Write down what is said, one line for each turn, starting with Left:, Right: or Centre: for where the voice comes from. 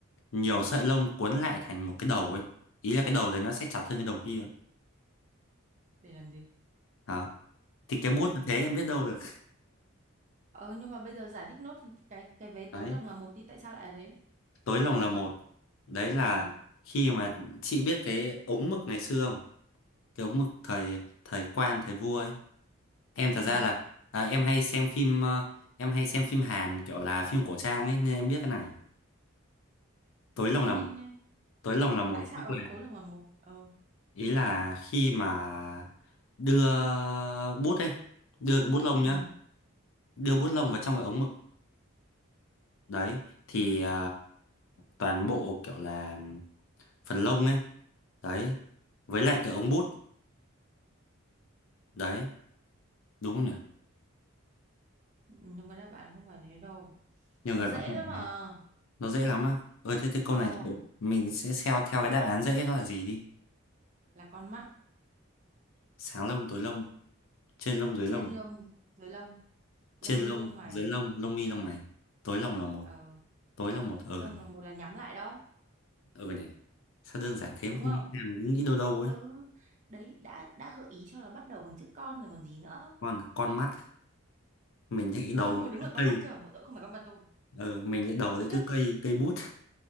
Left: nhiều sợi lông cuốn lại thành một cái đầu ấy ý là cái đầu đấy nó sẽ chặt hơn cái đầu kia
Right: để làm gì
Left: Hả? thì cái
Right: để
Left: bút
Right: làm
Left: nó
Right: gì
Left: thế em biết đâu được
Right: ờ nhưng mà bây giờ giải thích nốt cái cái vé tối
Left: đấy
Right: lồng là một đi tại sao lại là thế
Left: tối lòng là một đấy là
Right: ừ
Left: khi mà chị biết cái ống mực ngày xưa không cái ống mực thời thời quan thời vua ấy em thật ra
Right: ừ
Left: là à, em hay xem phim ờ, em hay xem phim Hàn kiểu là phim cổ trang ấy nên em biết cái này tối lòng
Right: nhanh
Left: là một
Right: nhanh nhanh
Left: tối lòng là một
Right: tại sao
Left: tức
Right: ở
Left: là
Right: tối lồng là một ừ
Left: ý là khi mà đưa bút ấy đưa cái bút lông
Right: ừ
Left: nhá đưa bút lông vào trong cái ống mực đấy thì à, toàn bộ kiểu là phần lông ấy đấy với lại cái ống bút đấy đúng không nhỉ
Right: nhưng mà đáp án không phải thế đâu
Left: nhiều
Right: Nó
Left: người
Right: dễ
Left: bảo không
Right: lắm
Left: nhớ.
Right: à.
Left: nó dễ lắm á ơi thế thì câu
Right: Ồ,
Left: này chị- mình sẽ theo theo cái đáp án dễ đó là gì đi
Right: là con mắt
Left: sáng lông tối lông trên lông dưới
Right: trên
Left: lông
Right: lông, dưới lông, lông
Left: trên lông
Right: mi, lông mày.
Left: dưới lông lông mi lông mày tối lông là một
Right: Ờ,
Left: tối là một ờ
Right: dưới lông
Left: nhỉ
Right: là một là nhắm lại đó,
Left: ờ nhỉ sao đơn giản thế
Right: đúng
Left: mà không
Right: không?
Left: nghĩ ra mình cứ nghĩ đâu đâu ấy
Right: Ừ, đấy đã đã gợi ý cho là bắt đầu bằng chữ con rồi còn gì nữa.
Left: con con mắt mình thấy
Right: Ờ,
Left: đầu
Right: <laughs>
Left: mình
Right: đúng là
Left: cứ
Right: con
Left: cây
Right: mắt chưa, mỗi tội không phải con vật tôi.
Left: ờ mình lại đầu đấy
Right: Khiếp,
Left: cứ cây cây bút